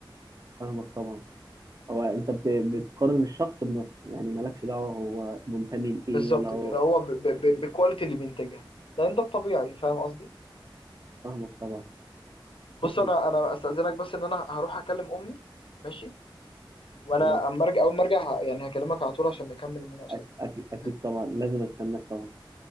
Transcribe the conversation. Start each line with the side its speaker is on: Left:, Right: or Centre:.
Right: فاهمك طبعا هو انت بت... بتقارن الشخص بنفسه يعني مالكش دعوه هو منتمي لايه
Left: بالظبط
Right: ولا هو
Left: كده هو ب- ب- ب- بالكواليتي اللي بينتجها لان ده الطبيعي فاهم قصدي
Right: فاهمك طبعا
Left: بص
Right: بس
Left: انا انا استاذنك بس ان انا هروح اكلم امي ماشي وانا
Right: خلاص
Left: اما ارجع اول ما ارجع ه- يعني هكلمك على طول عشان نكمل المناقشه
Right: أك-
Left: دي
Right: أك- أكيد
Left: تمام؟
Right: طبعا لازم أستناك طبعا